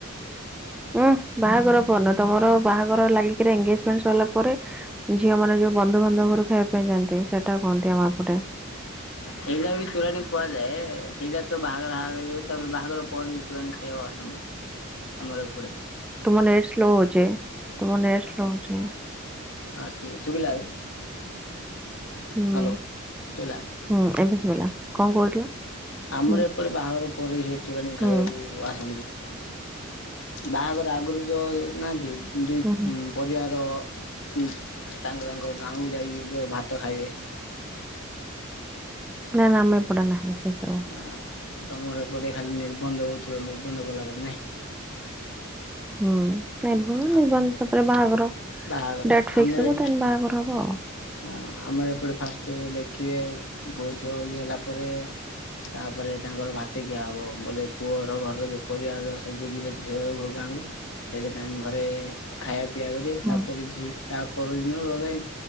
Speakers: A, in the centre; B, on the left.
A: ଉୁଁ ବାହାଘର ପରେ ନୁହଁ ତମର ବାହାଘର ଲାଗିକିରି ଏନଗେଜମେଣ୍ଟ୍ ସରିଲା ପରେ ଝିଅ ମାନେ ଯୋଉ ବନ୍ଧୁବାନ୍ଧବ ଘରକୁ ଖାଇବା ପାଇଁ ଯାଆନ୍ତି ସେଇଟାକୁ କୁହନ୍ତି ଆମ ଏପଟେ।
B: ସେଇଟା ବି ତୋରାଣି କୁହାଯାଏ ସେଇଟା ତ ବାହାଘର ଆଗୁରୁ ତାପରେ ବାହାଘର ପରେ ତୋରାଣି ଖାଇବାକୁ ଆସନ୍ତି ଆମର ଏପଟେ।
A: ତୁମ ନେଟ୍ ସ୍ଲୋ ହଉଛି ତୁମ ନେଟ୍ ସ୍ଲୋ ହଉଛି।
B: ଆ ଠିକ୍ ଶୁଭିଲା ଏବେ?
A: ହୁଁ
B: ହ୍ୟାଲୋ ଶୁଭିଲା।
A: ହୁଁ ଏବେ ଶୁଭିଲା କଣ କହୁଥିଲ?
B: ଆମର
A: ହୁଁ
B: ଏପଟେ ବାହାଘର ପରେ ସେ ତୋରାଣି ଖାଇବାକୁ
A: ହୁଁ
B: ଆସନ୍ତି ବାହାଘର ଆଗରୁ ଯୋ ନାହାନ୍ତି ଦୁଇ
A: ହୁଁ ହୁଁ।
B: ଉଁ ପରିବାର ଉଁ ତାଙ୍କ ତାଙ୍କ ଗାଁ କୁ ଯାଇକି ଯୋଉ ଭାତ ଖାଇବେ।
A: ନାଁ ନାଁ ଆମ ଏପଟରେ ନାହିଁ ସେ ସବୁ।
B: ଆ ତମର ଏପଟେ ଖାଲି ନିର୍ବନ୍ଧ ହଉଥିବ ନିର୍ବନ୍ଧ କଲା ପରେ ନାଇଁ?
A: ହୁଁ ନିର୍ବନ୍ଧ
B: ଆଉ
A: ନିର୍ବନ୍ଧ ତାପରେ ବାହାଘର
B: ବାହାଘର
A: ଡେଟ୍ ଫିକ୍ସ
B: ଆମର
A: ହବ
B: ଏଠି
A: ତାପରେ ବାହାଘର ହବ ଆଉ।
B: ହଁ ଆମର ଏପଟେ ଫାଷ୍ଟ୍ ଦେଖିବେ ପୁଅ ଝିଅ ଇଏ ହେଲା ପରେ ତାପରେ ତାଙ୍କର ଭାତ ଖିଆ ହବ ବୋଲେ ପୁଅଘର ଘରର ପରିବାର ସବୁ ଯିବେ ଝିଅର ଘ ଗାଁ କୁ ତାଙ୍କ ଘରେ ଖାଇବା ପିଇଆ କରିବେ
A: ହୁଁ।
B: ତାପରେ ଝି ତା ପରଦିନ ଗଲେ